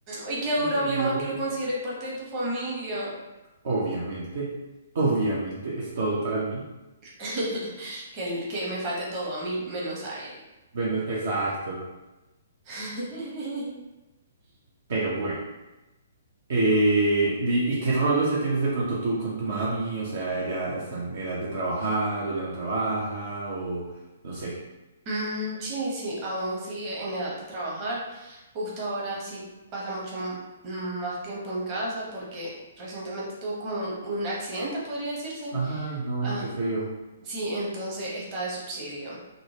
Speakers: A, on the right; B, on the right.
A: Y qué adorable
B: Es hermoso.
A: más que lo consideres parte de tu familia.
B: Obviamente, obviamente es todo para mí.
A: <laughs> Que, que me falte todo a mí, menos a él.
B: Bueno, exacto.
A: <laughs>
B: Pero bueno. Eh, ¿y, y qué rol, o sea, tienes de pronto tú con tu mami? O sea, ya está en edad de trabajar o ya no trabaja o no sé.
A: Mm, sí, sí, aún sigue en edad de trabajar. Justo ahora sí pasa mucho m- más tiempo en casa porque recientemente tuvo como un accidente, podría decirse.
B: Ay, no,
A: Ah,
B: qué feo.
A: sí, entonces está de subsidio.